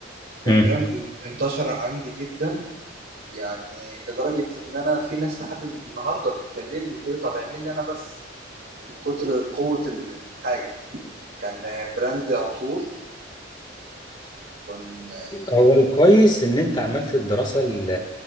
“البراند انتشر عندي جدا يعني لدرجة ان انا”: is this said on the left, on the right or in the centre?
Right